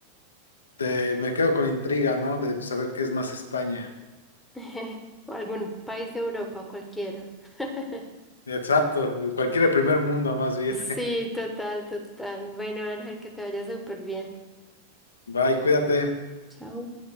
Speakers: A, on the left; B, in the centre.
A: te, me quedo con intriga, ¿no? De saber qué es más España.
B: <laughs> O algún país de Europa, cualquiera. <laughs>
A: Exacto, cualquier primer mundo más bien.
B: Sí, total, total. Bueno, Ángel, que te vaya súper bien.
A: <laughs> Bye, cuídate.
B: Chao.